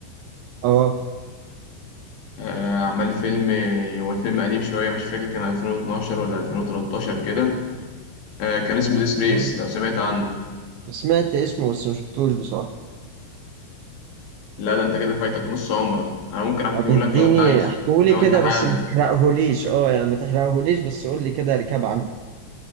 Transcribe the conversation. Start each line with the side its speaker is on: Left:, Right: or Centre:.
Right: اه
Left: آه، عمل فيلم هو الفيلم قديم شوية مش فاكر كان 2012 ولا 2013 كده آه، كان اسمه ديس ريس
Right: مم.
Left: لو سمعت عنه
Right: سمعت اسمه بس ما شفتوش بصراحة
Left: لا ده انت كده فايتك نص عمرك انا ممكن احكيه
Right: طب اديني
Left: لك لو انت عايزه
Right: احكولي
Left: لو
Right: كده
Left: انت حابب
Right: بس ما تحرقهوليش اه يعني ما تحرقهوليش بس قول لي كده ركاب عنه